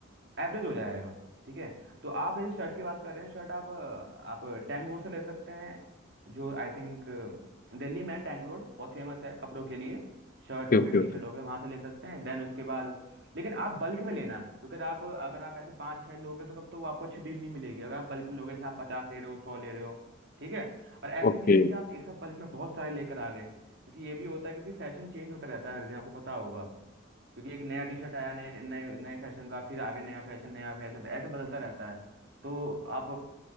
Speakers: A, on the right; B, on the left.
A: एवरेज हो जाएगा ठीक है तो आप इस शर्ट की बात कर रहे हैं शर्ट आप अ, आप टैंक रोड से ले सकते हैं जो आई थिंक दिल्ली में टैंक रोड बहुत फेमस है कपड़ों के लिए शर्ट हो
B: Okay
A: गया
B: okay
A: टी
B: okay
A: शर्ट हो गया वहां से ले सकते हैं देन उसके बाद लेकिन आप बल्क में लेना क्योंकि आप अगर आप ऐसे पाँच छह लोगे तो तब तो वो आपको अच्छी डील नहीं मिलेगी अगर आप बल्क में लोगे जैसे आप पचास ले रहे हो सौ ले रहे हो ठीक है और ऐसे
B: okay
A: भी नहीं है कि आप एक साथ बल्क में बहुत सारे लेकर आ गए क्योंकि ये भी होता है क्योंकि फैशन चेंज होता रहता है हर दिन आपको पता होगा क्योंकि एक नया टी शर्ट आया नए नए नए फैशन का फिर आगे नया फैशन नया फैशन ऐसे बदलता रहता है तो आप